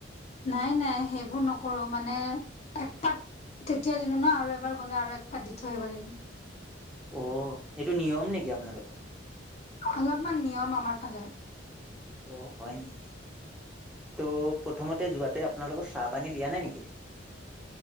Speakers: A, on the left; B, in the centre.
A: নাই-নাই সেইবোৰ নকৰো মানে একপাত তেতিয়া দিলো ন আৰু এবাৰ গলে আৰু এক পাত দি থৈ আহিব লাগিব।
B: অ', এইটো নিয়ম নেকি আপোনালোকৰ।
A: অলপমান নিয়ম আমাৰ ফালে।
B: অ', হয় নেকি, ত' প্ৰথমতে যোৱাতে আপোনালোকৰ চাহ পানী দিয়া নাই নেকি।